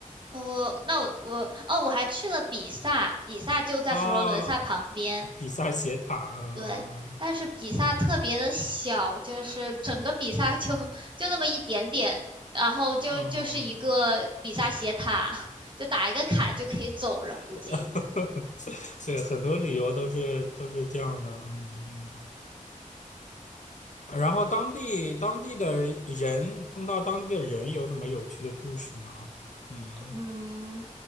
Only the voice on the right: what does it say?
哦，那我我哦，我还去了比萨，比萨就在佛罗伦萨旁边。
对，但是比萨特别的小，就是整个比萨就 <laughs> 就那么一点点，然后就就是一个比萨斜塔，
就打一个卡就可以走了，估计。
嗯，